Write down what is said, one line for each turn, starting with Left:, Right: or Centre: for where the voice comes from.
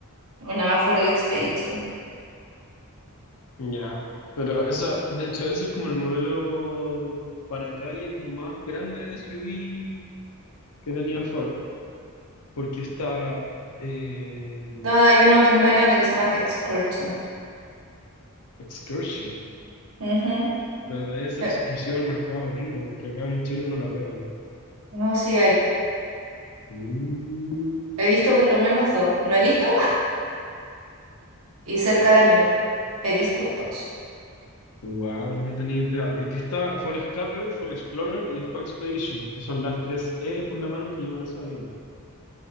Right: una Ford Expedition.
Left: Ya, Pero eso, de hecho, eso es como el modelo para calle como más grande de SUV que tenía Ford, porque está eh,
Right: No, hay uno que es más grande que se llama Excursion.
Left: Excursion,
Right: Ujú.
Left: pero debe ser
Right: Eh,
Left: exclusivo del mercado gringo, porque acá en Chile no la veo yo.
Right: No, sí hay.
Left: Mm.
Right: He visto por lo menos dos. No he visto más. Y cerca de Mew he visto dos.
Left: Wow, no tenía idea. Porque está For Escape, For Explorer y Expo Expedition, que son las tres E por lo menos que yo me las sabía.